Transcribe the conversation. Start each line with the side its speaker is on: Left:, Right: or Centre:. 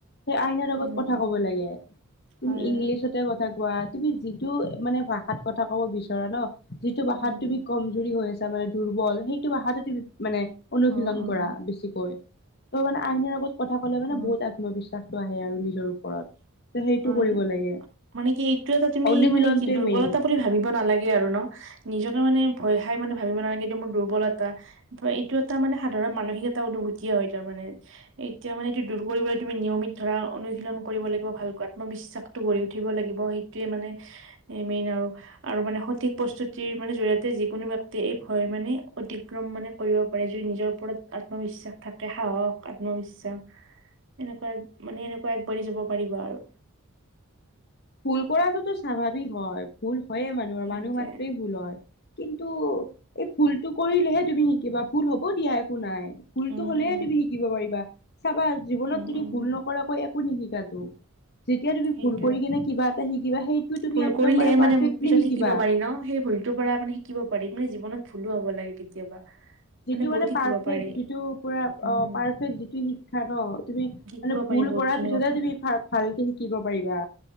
Left: সেই আইনাৰ
Right: উম
Left: আগত কথা ক'ব লাগে। তুমি
Right: হয়
Left: ইংলিছতে কথা কোৱা। তুমি যিটো মানে ভাষাত কথা ক'ব বিচৰা ন' যিটো ভাষাত
Right: উম
Left: তুমি কমজুৰি হৈ আছা, মানে দুৰ্বল। সেইটো ভাষাতে তুমি মানে অনুশীলন
Right: অ অ
Left: কৰা বেছিকৈ। ত' মানে আইনৰ আগত কথা ক'লে মানে
Right: অ',
Left: বহুত আত্মবিশ্বাস ত', আহে আৰু নিজৰ ওপৰত। ত', সেইটো
Right: হয়।
Left: কৰিব লাগে।
Right: মানে কি, এইটো এটা তুমি
Left: অনুশীলনটোৱে
Right: মানে কি দুৰ্বলতা
Left: মেইন
Right: বুলি ভাবিব নালাগে আৰু ন'। নিজকে মানে ভয় ভাই মানে ভাবিব নালাগে এইটো মোৰ দুৰ্বলতা। এইটো এটা মানে সাধাৰণ মানসিক এটা অনুভূতি হয়, তাৰ মানে এতিয়া মানে এইটো দুৰ্বল বুলি তুমি নিয়মিত ধৰা, অনুশীলন কৰিব লাগিব ভালকৈ। আত্মবিশ্বাসটো গঢ় উঠিব লাগিব, সেইটোয়ে মানে মেইন আৰু মানে সঠিক প্ৰস্তুতিৰ মানে জৰি়য়তে, যিকোনো ব্যক্তিয়ে এই ভয় মানে অতিক্ৰম মানে কৰিব পাৰে। যদি নিজৰ ৰত আত্মবিশ্বাস থাকে। সাহস, আত্মবিশ্বাস, এনেকুৱা মানে এনেকুৱা কৰি যাব পাৰিব আৰু।
Left: ভূল কৰাটোতো স্বাভাৱিক হয়। ভুল হয়য়ে মানুহৰ,
Right: সেইটোৱে।
Left: মানুহ মাত্ৰ ভুল হয়। কিন্তু এই ভুলটো কৰিলেহে তুমি শিকিবা। ভুল হ'ব দিয়া, একো নাই। ভুলতো
Right: উম,
Left: হ'লেহে
Right: উম,
Left: তুমি শিকিব পাৰিবা। চাবা, জীৱনত
Right: উম,
Left: তুমি
Right: উম,
Left: ভুল নকৰাকৈ একো নিশিকাতো। যেতিয়া তুমি
Right: সেইটোয়ে
Left: ভুল কৰি কিনে কিবা এটা শিকিবা সেইটো তুমি
Right: ভুল
Left: একদম
Right: কৰিলেহে মানে
Left: পাৰফেক্টলি
Right: পিছত
Left: শিকিবা
Right: শিকিব পাৰি ন'। সেই ভুলটোৰ পৰা মানে শিকিব পাৰি মানে, জীৱনত ভুলো হ'ব লাগে কেতিয়াবা।
Left: যিটো
Right: বহুত
Left: মানে
Right: শিকিব
Left: পাৰফেক,
Right: পাৰি
Left: যিটো পুৰা
Right: উম,
Left: অ'। পাৰফেক্ট যিটো শিক্ষা ন', তুমি
Right: শিকিব
Left: মানে ভূল
Right: পাৰি বহুত
Left: কৰাৰ
Right: খিনি
Left: পিছতহে,
Right: কথা
Left: তুমি ভাল, ভালকে শিকিব পাৰিবা।